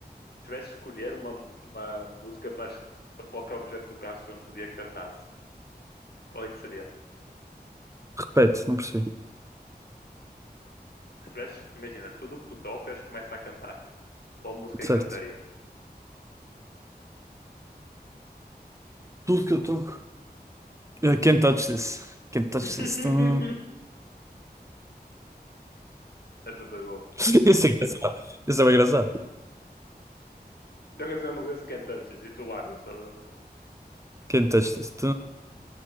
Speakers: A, on the left; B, on the right.
A: tivesse de escolher uma, uma música para, es- para qualquer objeto que tocasse durante o dia que cantasse, qual é que seria?
B: Repete, não percebi.
A: Se tivesse, imagina, tudo o que tu tocas começa a cantar. Qual música
B: Certo.
A: é que cantaria?
B: Tudo que eu toco. I can't touch this. Can't touch
A: <laughs>
B: this. Não.
A: Essa foi boa.
B: <laughs> Isso é engraçado. Isso é bem engraçado.
A: Jogas é uma coisa que cantantes e tu lábias, estás a ver?
B: Quem testa isso?